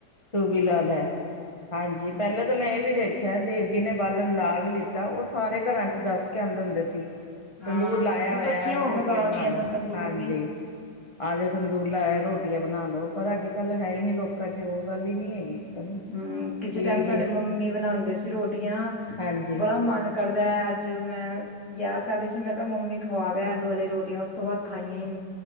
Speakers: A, on the left; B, on the left.
A: ਤੂੰ ਵੀ ਲ ਲੈ ਹਾਂਜੀ ਪਹਿਲਾਂ ਤਾਂ ਮੈਂ ਇਹ ਵੀ ਦੇਖਿਆ ਜੇ ਜਿਹਨੇ ਬਾਲਣ ਲਾ ਵੀ ਲਿੱਤਾ ਉਸ ਸਾਰੇ ਘਰਾਂ ਚ ਦੱਸ ਕੇ ਆਉਂਦੇ ਹੁੰਦੇ ਸੀ
B: ਹਾਂ
A: ਤੰਦੂਰ ਲਾਇਆ
B: ਇਕੱਠੀਆਂ
A: ਹੋਇਆ
B: ਹੋ
A: ਰੋਟੀਆਂ
B: ਕੇ ਬਾਲਦੀਆਂ
A: ਬਣਾ ਲਓ,
B: ਸਨ ਤੰਦੂਰ
A: ਹਾਂਜੀ
B: ਵੀ
A: ਆ ਜਾਓ ਤੰਦੂਰ ਲਾਇਆ ਰੋ ਰਟੀਆ ਬਣਾ ਲ ਲੋ ਪਰ ਅੱਜ ਕੱਲ੍ਹ ਹੈ ਹੀ ਨੇ ਲੋਕਾਂ ਚ ਉਹ। ਗੱਲ ਹੀ ਨਹੀਂ ਹੈਗੀ। ਪਤਾ ਨੀ।
B: ਹਮ ਕਿਸੇ
A: ਕੀ
B: ਟਾਈਮ
A: ਜੀ
B: ਸਾਡੇ ਮੰਮੀ ਬਣਾਉਂਦੇ ਸੀ ਰੋਟੀਆਂ
A: ਹਾਂਜੀ
B: ਬੜਾ ਮਨ ਕਰ ਮੈਂ ਅੱਜ ਮੈਂ ਯਾਦ ਕਰ ਰਹੀ ਸੀ ਮੈਂ ਕਿਹਾ ਮੰਮੀ ਖਵਾ ਗਿਆ ਆਲੂ ਵਾਲੀਆਂ ਰੋਟੀਆਂ ਉਸ ਤੋਂ ਬਾਅਦ ਖਾਈਆਂ ਹੀ ਨੀ।